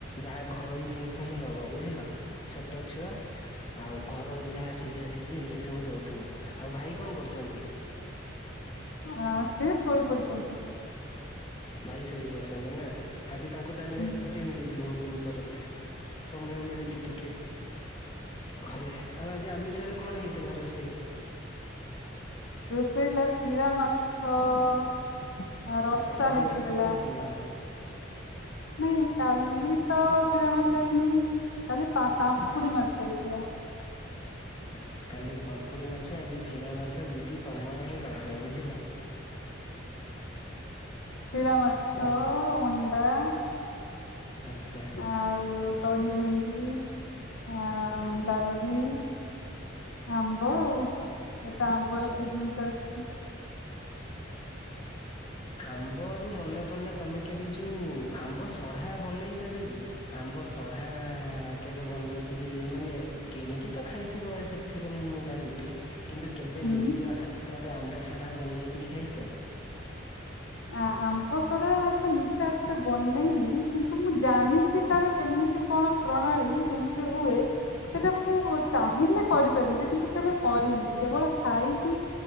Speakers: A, on the left; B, on the left.
A: ଯାହା ଘରୋଇ ଜିନିଷ ହିଁ ଦବ ବୁଝି ଥିଲ ଛୋଟ ଛୁଆ ଆଉ ଘରୋଇ ଯାହା ସିଝା ସିଝି ଏମିତି ସବୁ ଦଉଥିବ। ଆଉ ଭାଇ କଣ କରୁଛନ୍ତି?
B: ଆ ସେ ଶୋଇ ପଡିଛନ୍ତି।
A: ଭାଇ ସୋଇପଡଛନ୍ତି ନା? ଆଜି ତାଙ୍କୁ ତାହେଲେ
B: ହୁଁ।
A: ଛୁଟି ମିଳିଛି ବୋହୁତ। ଦିନ ପରେ, ସମୟ ମିଳିଚି ଟିକେ। ଘରେ, ଆଉ ଆଜି ଆମିଷରେ କଣ ହେଇଥିଲା ରୋଷେଇ?
B: ରୋଷେଇ ହେଇଥିଲା, ଶିଳା ମାଛ-ଅ ରସା
A: ଆଚ୍ଛା କାଲି
B: ହେଇଥିଲା।
A: ଯୋଉଟା କହୁଥିଲ
B: ନାଇଁ କାଲି ତ ଶିଳା ମାଛ ହେଇନେଇଁ, କାଲି ପା-ପାମ୍ପୁଡି
A: କା-
B: ମାଛ ହେଇଥିଲା।
A: ଆଚ୍ଛା କାଲି ପାମ୍ପୁଡି ମାଛ, ଆଜି ଶିଳା ମାଛ। ଦିଦି ତମର ହିଁ ରଜ ବୁଝିଲ।
B: ଶିଳା ମାଛ-ଅ,
A: କ'ଣ
B: ଅଣ୍ଡା-ଆ।
A: ଆଚ୍ଛା
B: ଆଉ ଦହି ଭେନ ଡି, ଆଉ ଡାଲି, ଆମ୍ବ ଆଉ। ଏତ ଆମ୍ବର
A: ସବୁ
B: ସିଜନ ଚାଲଚି।
A: ଆମ୍ବ ରୁ ମନେ ପଇଲା, ତମେ କେବେ ଯୋଉ ଆମ୍ବ ସଢା ବନେଇଚ ଦିଦି? ଆମ ଆମ୍ବ ସଢା-ଆ-ଆ କେବେ ବନେଇକିରି, ମାନେ କିଣିକି ତ ଖାଇଥିବ ସେଥିରେ ମୁଁ ଜାଣିଚି, କିନ୍ତୁ କେବେ
B: ହୁଁ।
A: ନିଜ ହାତରେ ଆମ୍ବଷଢା ବନେଇକିରି ଖାଇଚ?
B: ଆ-ଆମ୍ବ ସଢା ତ ନିଜ ହାତରେ ବନେଇନି, କିନ୍ତୁ ମୁଁ ଜାନିଛି ତାର କେମିତି କଣ ପ୍ରଣାଳୀ, କେମିତି ହୁଏ, ସେଇଟା ମୁଁ ଚାହିଁଲେ କରିପାରିବି। କିନ୍ତୁ କେବେ କରିନି, କେବଳ ଖାଇଚି।